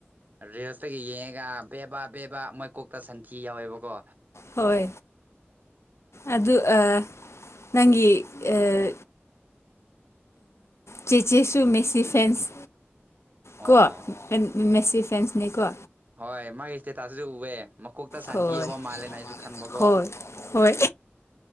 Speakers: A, on the right; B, on the left.
A: ꯔꯤꯜꯁꯇꯒꯤ ꯌꯦꯡꯉꯒ ꯕꯦꯕꯥ ꯕꯦ ꯕꯥ ꯃꯣꯏ ꯀꯣꯛꯇ ꯁꯟꯊꯤ ꯌꯥꯎꯋꯦꯕꯀꯣ
B: ꯍꯣꯏ ꯑꯗꯨ ꯑꯥ ꯅꯪꯒꯤ ꯑꯥ ꯆꯦ ꯆꯦꯁꯨ ꯃꯦꯁꯤ ꯐꯦꯟꯁ
A: ꯑꯣ
B: ꯀꯣ ꯃꯦꯁꯤ ꯐꯦꯟꯁꯅꯤꯀꯣ
A: ꯍꯣꯏ ꯃꯥꯒꯤ ꯁ꯭ꯇꯦꯇꯁꯁꯨ ꯎꯑꯦ ꯃꯈꯀꯣꯛꯇ ꯁꯟꯊꯤ
B: ꯍꯣꯏ
A: ꯌꯥꯎꯕ ꯃꯥꯜꯂꯦꯅ ꯑꯩꯁꯨ ꯈꯟꯕꯀꯣ
B: ꯍꯣꯏ ꯍꯣꯏ